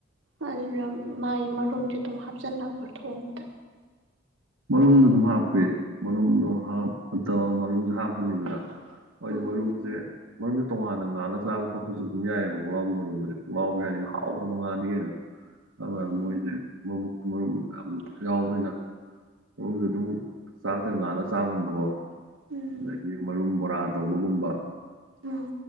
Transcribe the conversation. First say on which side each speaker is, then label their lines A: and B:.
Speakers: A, on the right; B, on the right.
A: <unintelligible> ꯃꯥꯒꯤ ꯃꯔꯨꯝꯖꯦ ꯑꯗꯨꯝ ꯍꯥꯞꯆꯟꯅꯕ꯭ꯔꯣ ꯊꯣꯡꯕꯗ
B: ꯃꯔꯨꯝꯗꯣ ꯑꯗꯨꯝ ꯍꯥꯞꯄꯤ ꯃꯔꯨꯝꯗꯣ ꯍꯥꯞꯄꯗ ꯃꯔꯨꯝꯖꯦ ꯍꯥꯞꯄꯅꯤꯗꯅ ꯍꯣꯏꯗꯤ
A: ꯑꯥ
B: ꯃꯔꯨꯝꯖꯦ ꯃꯔꯨꯝꯖꯦ ꯇꯣꯉꯥꯟꯅ ꯉꯥꯜꯂ ꯆꯥꯕ ꯈꯣꯠꯄꯖꯨ ꯑꯗꯨꯝ ꯌꯥꯏꯑꯕ ꯄꯨꯛꯂꯥꯎꯕꯤ ꯃꯔꯨꯝꯖꯦ ꯄꯨꯛꯂꯥꯎꯕꯤ ꯍꯥꯏꯗꯤ
A: ꯎꯝ
B: ꯍꯥꯎꯒ꯭ꯔꯕ ꯉꯥꯅꯤ ꯀꯩꯅꯣ ꯑꯗꯨꯅ
A: ꯎꯝ
B: ꯃꯣꯏꯗꯤ ꯃꯕꯨꯛꯇꯨ ꯃꯔꯨꯝ ꯌꯥꯝ ꯌꯥꯎꯕꯅꯤꯅ ꯃꯔꯨꯝꯗꯣ ꯑꯗꯨꯝ ꯆꯥꯛꯇ ꯉꯥꯜꯂꯒ ꯆꯥꯒꯨꯝꯕꯀꯣ
A: ꯎꯝ
B: ꯑꯗꯒꯤ ꯃꯔꯨꯝ ꯕꯣꯔꯥ ꯇꯧꯕꯒꯨꯝꯕ
A: ꯎꯝ